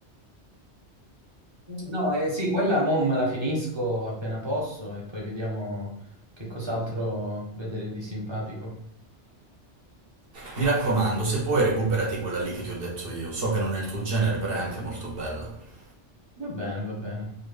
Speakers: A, on the right; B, on the right.
A: No, eh, sì, quella mo me la finisco appena posso e poi vediamo che cos'altro vedere di simpatico.
B: Mi raccomando, se puoi recuperati quella lì che ti ho detto io. So che non è il tuo genere, però è anche molto bella.
A: Va bene, va bene.